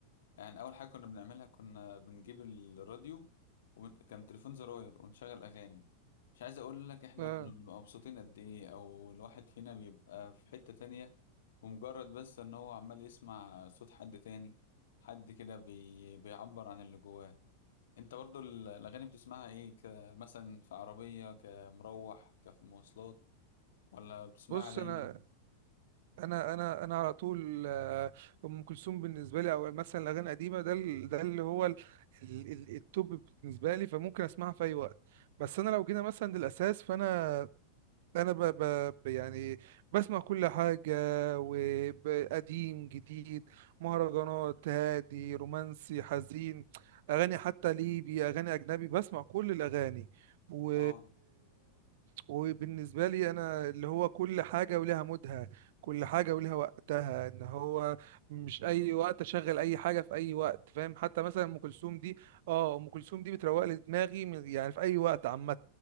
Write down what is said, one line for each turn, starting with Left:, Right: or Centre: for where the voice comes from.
Left: يعني اول حاجه كنا بنعملها كنا بنجيب الراديو وكان تليفون زراير ونشغل اغاني مش عايز اقول لك احنا
Right: اه
Left: كنا بنبقى مبسوطين قد ايه او الواحد فينا بيبقى في حته تانية ومجرد بس ان هو عمال يسمع صوت حد تاني حد كده بي... بيعبر عن اللي جواه انت برضو ال- الاغاني بتسمعها ايه كمثلا في عربيه كمروح كفي مواصلات ولا بتسمعها
Right: بص
Left: دايما
Right: انا انا انا انا على طول آه، ام كلثوم بالنسبه لي او مثلا الاغاني القديمه ده ال- ده اللي هو ال- ال- ال- التوب بالنسبه لي فممكن اسمعها في اي وقت بس انا لو جينا مثلا للاساس فانا انا ب... ب... ب- يعني بسمع كل حاجه وقديم جديد مهرجانات هادي رومانسي حزين اغاني حتى ليبي اغاني اجنبي بسمع كل الاغاني و
Left: اه
Right: وبالنسبه لي انا اللي هو كل حاجه ولها مودها كل حاجه ولها وقتها ان هو مش اي وقت اشغل اي حاجه في اي وقت فاهم حتى مثلا ام كلثوم دي اه ام كلثوم دي بتروق لي دماغي من- يعني في اي وقت عامه